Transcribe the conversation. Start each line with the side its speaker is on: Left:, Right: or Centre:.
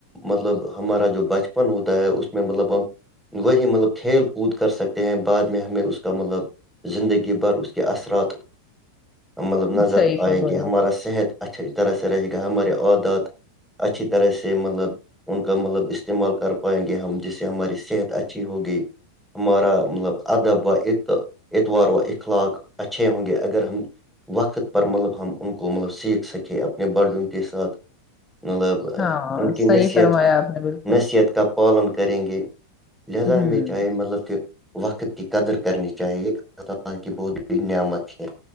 Centre: مطلب ہمارا جو بچپن ہوتا ہے اس میں مطلب ہم وہی مطلب کھیل کود کر سکتے ہیں بعد میں ہمیں اس کا مطلب زندگی بھر اس کے اثرات مطلب نظر
Left: صحیح
Centre: آئیں
Left: فرمایا
Centre: گے ہمارا صحت اچھی طرح سے رہے گا ہمارے عادات اچھی طرح سے سے مطلب ان کا مطلب استعمال کر پائیں گے ہم جس سے ہماری صحت اچھی ہوگی ہمارا مطلب ادب واداب و اخلاق اچھے ہوں گے اگر ہم وقت پر مطلب ہم ان کو مطلب سیکھ سکیں اپنے بڑوں کے ساتھ مطلب
Left: ہاں
Centre: ان کی
Left: صحیح
Centre: نصیحت
Left: فرمایا آپ نے بالکل
Centre: نصیحت کا پالن کریں گے لہذا
Left: ہوں
Centre: ہمیں چاہے مطلب کہ وقت کی قدر کرنی چاہیے اللہ تعالی کی بہت بڑی نعمت ہے